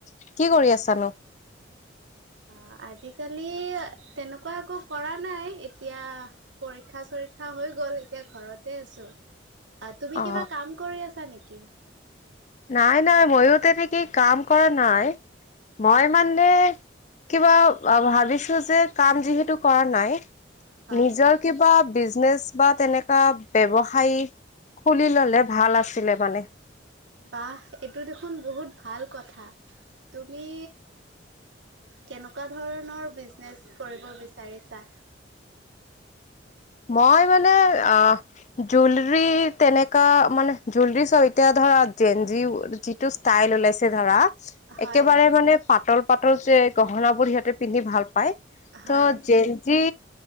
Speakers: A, on the left; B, on the right.
A: কি কৰি আছানো?
B: অ, আজিকালি তেনেকুৱা একো কৰা নাই এতিয়া পৰীক্ষা চলি আছে। পৰীক্ষা হৈ গল। এতিয়া ঘৰতে আছো। অ, তুমি
A: অ
B: কিবা কাম কৰি আছা নেকি?
A: নাই - মইো তে থাকি কাম কৰা নাই মই মানে কিবা ভাবিছো যে, কাম যিহেতু কৰা নাই।
B: হয়
A: নিজৰ কিবা বা তেনেকা ব্যৱসায় খুলি ললে ভাল আছিলে মানে।
B: বাহ, এইটো দেখোন বহুত ভাল কথা তুমি। কেনেকুৱা ধৰণৰ বিজনেছ কৰিব বিচাৰিছা?
A: মই মানে অ, জুৱেৰালী, তেনেকা মানে জুৱেলৰী চৈতি ধ। ধ যিটো ইষ্টল ওলাইছে ধৰা,
B: হয়
A: একেবাৰে মানে পাতল পাতৰ যে গহন বোৰ সিহঁতে পিন্ধি ভাল পায়
B: হয়
A: তো জেজি